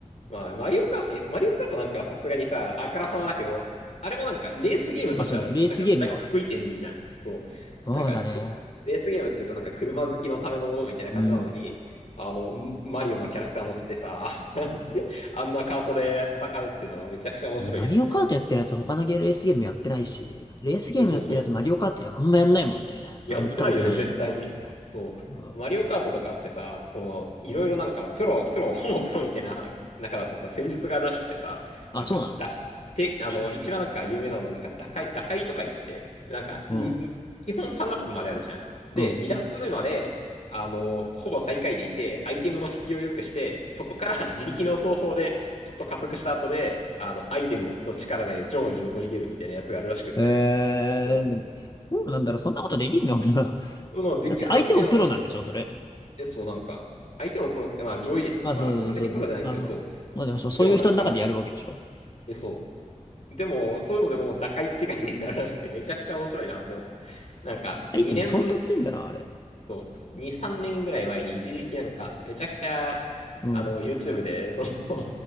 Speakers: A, on the left; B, on the left.
A: まあ、マリオカートに、マリオカートなんかはさすがにさ、あからさまだけど、あれもなんかレースゲームとしては、
B: まあそうね、レースゲームはね。
A: なんかだいぶ得意点じゃん。そう。
B: そうだね。
A: なんかと、レースゲームって言うとなんか車好きのためのものみたいな感じなのに、
B: うん。
A: あの、んマリオのキャラクター乗せてさ、<laughs> あんなカートで戦うっていうのはめちゃくちゃ面白いよね。
B: マリオカートやってるやつ他のゲーレースゲームやってないし、レースゲームやってるやつマリオカートやあんまやんないもんね。
A: そうそう。やってないよね、
B: あ見たことないな。
A: 絶対に。そう。
B: うん。
A: マリオカートとかってさ、その、いろいろなんか、プロ、プロ、<laughs> ほぼプロみたいな中だとさ、戦術があるらしくてさ、
B: あ、
A: なんか、
B: そうなの
A: だ、て、あの、
B: し
A: 一番なんか有名なの、なんか、打開、打開とか言って、なんか、
B: うん。
A: に、に基本3ラップまであるじゃん。で、
B: うん。
A: 2ラップ目まで、あの、ほぼ最下位でいて、アイテムの引きを良くして、そこから <laughs> 自力の走法で、ちょっと加速した後で、あの、アイテムの力で上位に躍り出るみたいなやつがあるらしくて。
B: えー、
A: そう。
B: でも、どうなんだろう、そんなことできんのかな <laughs>
A: まあできるら、
B: だって相手もプロなんでしょ、
A: で、なんか、
B: それ。
A: え、そう、なんか、相手もプロって、まあ上位陣、
B: まあそうそう、
A: まあ完全にプロじゃないけど、
B: まあそう。
A: そ
B: まあでもそう、
A: う。
B: そういう人の中でやるわけでしょ。
A: でもなんか、え、そう。でも、そういうのでもう打開って概念があるらしくて、めちゃくちゃ面白いなと思った。なんか、
B: 相手も相当強いんだな、
A: 2年、
B: あれ。
A: そう、2、3年ぐらい前に一時期なんか、めちゃくちゃ、
B: うん。
A: あの、YouTube で、その <laughs>